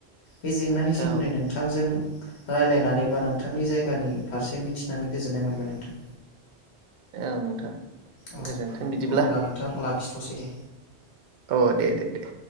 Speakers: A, on the left (about 80°); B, on the right (about 65°).
A: बे जेंनानि
B: औ
A: सोमोन्दै नोंथांजों रायलायनानै बा नोंथांनि जायगानि फारसे मिथिनानै गोजोननाय मोनबाय नोंथां।
B: औ नोंथां।
A: औ
B: गोजोन्थों बिदिब्ला
A: अब्ला नोंथां लाखिथ'सै दे।
B: अ दे दे दे।